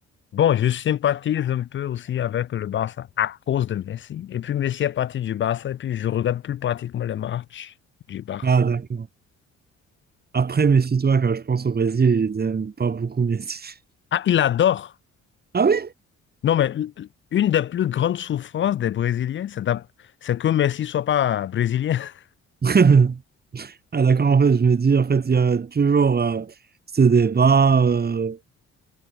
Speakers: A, on the left (about 40°); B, on the right (about 30°).
A: Bon, je sympathise un peu aussi avec le Barça à cause de Messi. Et puis Messi est parti du Barça et puis je regarde plus pratiquement les matchs du Barça.
B: Ah, d'accord. Après, méfie-toi, quand je pense au Brésil, ils aiment pas beaucoup Messi. <laughs>
A: Ah, il adore.
B: Ah oui?
A: Non, mais l- l- une des plus grandes souffrances des Brésiliens, c'est d'ab- c'est que Messi soit pas brésilien. <laughs>
B: <laughs> Ah d'accord, en fait, je me dis, en fait, il y a toujours euh, ce débat euh,